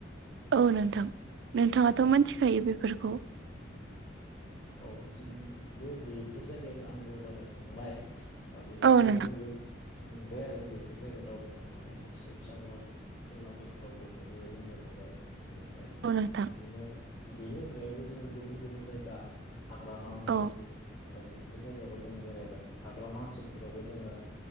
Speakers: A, on the right; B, on the left.
A: औ नोंथां नोंथांङाथ' मिथिखायो बेफोरखौ
B: औ जोंबो बेफोर जायगायाव आंबो दावबायखांबाय बेनिफ्राय
A: औ नोंथां
B: जोंबो नुबाय आरो बेफोर जायगायाव दावबायखांनानै शिबसागर तलातल घर बेफोरखौ जोंबो नुबाय बेनिफ्राय
A: औ औ नोंथां
B: बिदिनो बेनि अनगायैबो जोंङो गुबुन गुबुन जायगा हाग्रामा ओनसोल
A: औ
B: बेफोर जायगायावबो जोंङो बेरायबाय हाग्रामा ओनसोलफोरावबो जोंङो